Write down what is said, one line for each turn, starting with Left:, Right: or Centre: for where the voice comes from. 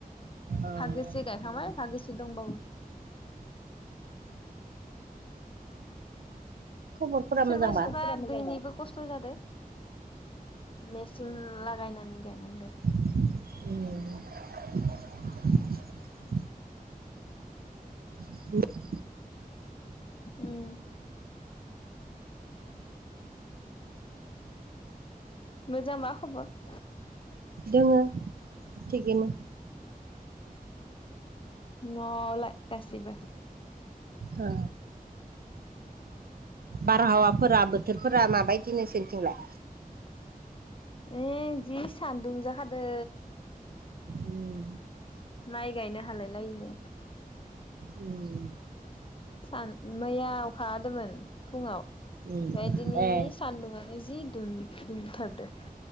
Right: अ
Left: फागोसे गायखांबाय भागोसे दंबाबो
Right: खबरफोरा
Left: सोरबा
Right: मोजांबा
Left: सोरबा दैनिबो खस्थ' जादों मेचिन लागायनानै गायनां दे
Right: <inaudible> <unintelligible>
Left: उम <unintelligible> मोजां मा खबर
Right: दोङो थिगैनो
Left: <inaudible> न'आवलाय गासिबो
Right: औ बारहावाफोरा बोथोरफोरा माबायदि नोंसिनिथिं लाय?
Left: ए जि सान्दुं जाखादों
Right: उम
Left: माइ गायनो हालायलायिनो
Right: उम
Left: सान मैया अखाहादोंमोन फुङाव
Right: उम
Left: बेदिनो
Right: ए
Left: सान्दुंआनो जि दुमथारदो